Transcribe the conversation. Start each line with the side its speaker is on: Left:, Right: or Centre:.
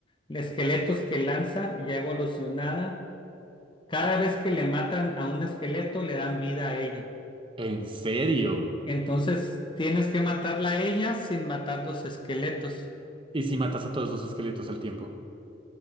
Left: los esqueletos que lanza ya evolucionada, cada vez que le matan a un esqueleto le dan vida a ella.
Right: En serio.
Left: Entonces tienes que matarla a ella sin matar los esqueletos.
Right: ¿Y si matas a todos los esqueletos al tiempo?